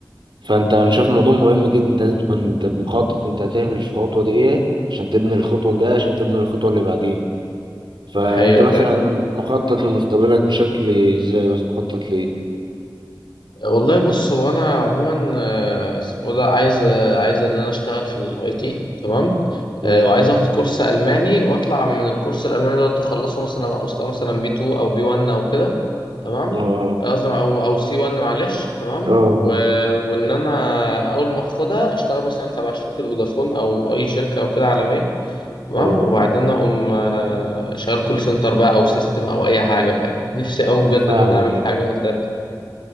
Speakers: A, on the right; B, on the left.
A: فانت انا شايف الموضوع مهم جدا انت لازم تكون انت مخطط انت هتعمل في الخطوه دي ايه عشان تبني الخطوه الجايه عشان تبني الخطوه اللي بعديها فانت
B: الحقيقه
A: مثلا
B: فعلا
A: مخطط لمستقبلك بشكل ازاي بس مخطط ليه
B: والله بص هو انا عموما آه، اسمه ده عايز آه، عايز ان انا اشتغل في الاي تي تمام
A: مم.
B: آه، وعايز اخد كورس الماني واطلع من الكورس الالماني ده اخلصه مثلا ابقى مستوى مثلا بي 2 او بي 1 او كده تمام
A: اه
B: آه، قصدي او او سي 1 معلش تمام
A: اه
B: و... وان انا اول ما اخدها اشتغل مثلا تبع شركه فودافون او اي شركه او كده عالميه تمام
A: اه
B: وبعدين اقوم آه، شغال كول سنتر بقى او سيستم او اي حاجه فاهم نفسي قوي بجد
A: فاهمك
B: ان انا اعمل
A: اه
B: حاجه قدام